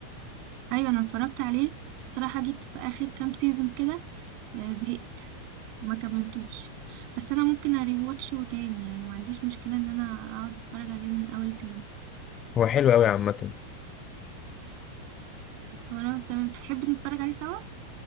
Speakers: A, on the right; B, on the left.
A: ايوه انا اتفرجت عليه بس بصراحة جيت في اخر كام سيزون كده آه، زهقت ما كملتوش بس انا ممكن اريواتشه تاني يعني ما عنديش مشكلة ان انا اقعد اتفرج عليه من اول تاني
B: هو حلو أوي عامة
A: خلاص تمام بتحب نتفرج عليه سوا